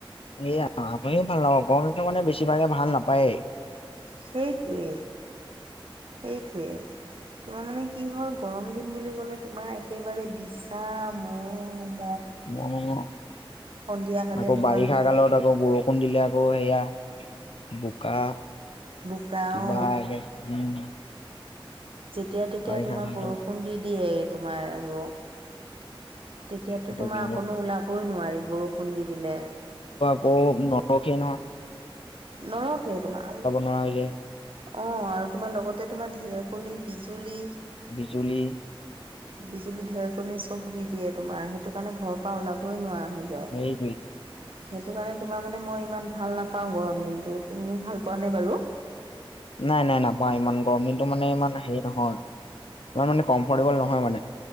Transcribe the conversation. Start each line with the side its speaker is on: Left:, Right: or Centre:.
Left: এ আপুনিও ভাল নাপা, গৰমটো মানে বেছিভাগে ভাল নাপায়ে।
Right: সেইটোৱে, সেইটোৱে, তোমাৰ মানে কি হয় গৰম দিন বুলি ক'লে তোমাৰ একেবাৰে বিছা, ম
Left: ম আকৌ,
Right: সন্ধিয়া হ'লে
Left: আকৌ
Right: তোমাৰ
Left: বাৰিষা
Right: মহৰ
Left: কালত আকৌ বৰষুণ দিলে, আকৌ সেয়া বোকা
Right: বোকা
Left: কিবা
Right: অ
Left: উম
Right: যেতিয়া তেতিয়াই
Left: বাৰিষা
Right: তোমাৰ
Left: কালটো
Right: বৰষুণ দি দিয়ে তোমাৰ আৰু তেতিয়াতো
Left: আকৌ
Right: তোমাৰ
Left: বৰষুণ
Right: অকণো ওলাবই নোৱাৰি, বৰষুণ দি দিলে
Left: অ' নৰখে নহ।
Right: নৰখেই তোমাৰ আৰু
Left: নোৱাৰা হৈ যায়
Right: অ' আৰু তোমাৰ লগতে তোমাৰ ঢেৰেকণী বিজুলী।
Left: বিজুলী
Right: বিজুলী ঢেৰকনি চব দি দিয়ে তোমাৰ সেইটো কাৰণে ঘৰৰ পৰা ওলাবই নোৱাৰা। হৈ যায়।
Left: সেইজ
Right: সেইটো কাৰণে তোমাৰ মানে মই ইমান ভাল নাপাওঁ গৰম দিনতটো তুমি ভাল পোৱা নে বাৰু
Left: নাই নাই নাপাওঁ ইমান গৰম দিনটো মানে ইমান হেৰি নহয় ইমান মানে কমফৰ্টেবল নহয় মানে।